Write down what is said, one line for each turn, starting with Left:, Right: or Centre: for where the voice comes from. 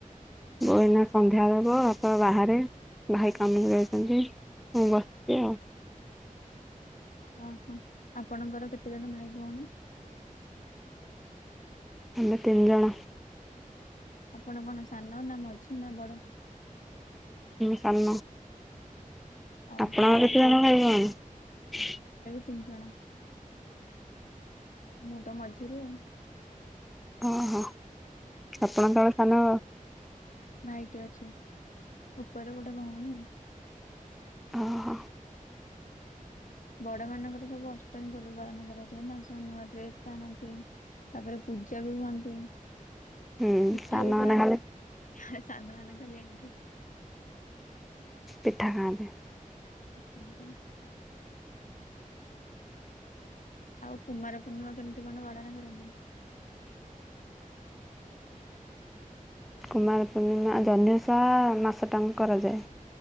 Centre: କଇନା ସନ୍ଧ୍ୟାଦେବ, ବାପା ବାହାରେ, ଭାଇ କାମକୁ ଯାଇଛନ୍ତି। ମୁଁ ବସିଛି ଆଉ।
Left: ଅହ! ଆପଣଙ୍କର କେତେଜଣ ଭାଇ ଭଉଣୀ?
Centre: ଆମେ ତିନ୍ ଜଣ।
Left: ଆପଣ କଣ ସାନ, ନା ମଝି, ନା ବଡ?
Centre: ମୁଁ, ସାନ।
Left: ଓହୋ
Centre: ଆପଣଙ୍କର କେତେ ଜଣ ଭାଇ ଭଉଣୀ?
Left: ତିନ୍ ଜଣ। ମୁଁ ତ ମଝିରେ ଆଉ।
Centre: ହଁ, ହଁ, ଆପଣଙ୍କ ତଳେ ସାନ
Left: ଭାଇଟିି ଅଛି। ଉପର ଗୋଟେ ଭଉଣୀ ଆଉ।
Centre: ଅହ।
Left: ବଡ ମାନଙ୍କର ସବୁ ଅଷ୍ଟମୀ ପର୍ବ ପାଳନ କରାଯାଏ ନା! ସେମାନେ ନୂଆ ଡ୍ରେସ୍ ଆଣନ୍ତି। ତା'ପରେ ପୂଜା ବି ହୁଅନ୍ତି।
Centre: ହୁଁ
Left: ପିଠା
Centre: ସାନମାନେ
Left: ବି ଖାଆନ୍ତି।
Centre: ଖାଲି
Left: ଖା ସାନ ମାନେ ଖାଲି ଏଠୁ
Centre: ପିଠା ଖାଆନ୍ତି।
Left: <unintelligible> ଆଉ କୁମାର ପୂର୍ଣ୍ଣିମା କେମିତି କଣ ପାଳନ କରନ୍ତି?
Centre: କୁମାର ପୂର୍ଣ୍ଣିମା ଜହ୍ନି ଓଷା-ଆ ମାସଟାଙ୍କ କରାଯାଏ।